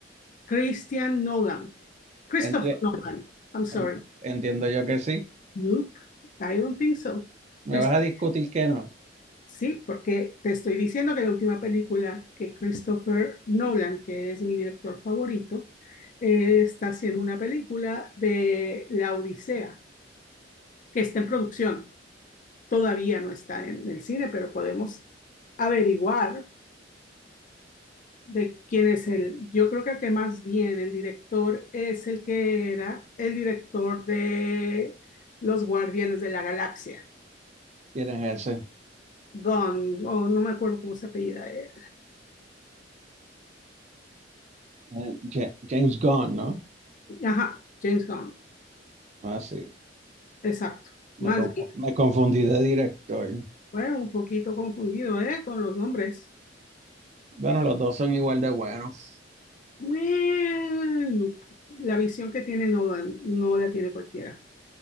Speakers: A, on the left; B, on the right.
A: Christian Nolan. Christopher
B: Enti-
A: Nolan. I'm sorry.
B: en- entiendo yo que sí.
A: Nope, I don't think so.
B: ¿Me
A: Christopher
B: vas a discutir que no?
A: Sí, porque te estoy diciendo que la última película que Christopher Nolan, que es mi director favorito, eh, está haciendo una película de La Odisea, que está en producción. Todavía no está en el cine, pero podemos averiguar de quién es el. Yo creo que, que más bien el director es el que era el director de Los Guardianes de la Galaxia,
B: ¿Quién es ese?
A: Gunn, o no me acuerdo cómo se apellida. eh.
B: Eh, Ja- James Gunn, ¿no?
A: Ajá, James Gunn.
B: Ah, sí.
A: Exacto. Más
B: Me, confu-
A: bien
B: me confundí de director.
A: fue un poquito confundido, ¿eh? con los nombres.
B: Bueno, los dos son igual de buenos.
A: Bueno, la visión que tiene Nolan no la tiene cualquiera.